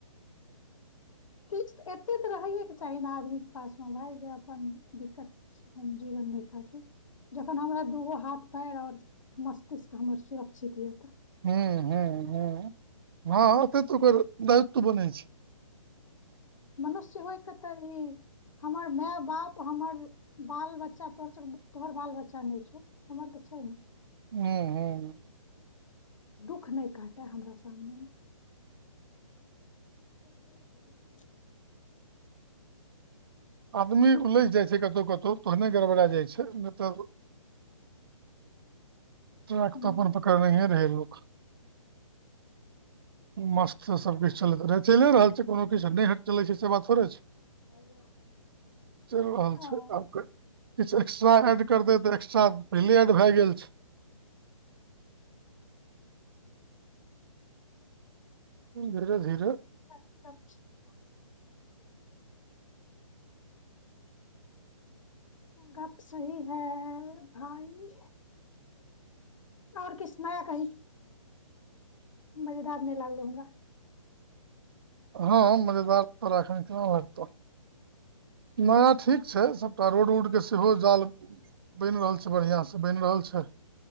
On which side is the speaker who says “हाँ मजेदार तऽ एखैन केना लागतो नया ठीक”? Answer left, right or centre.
Right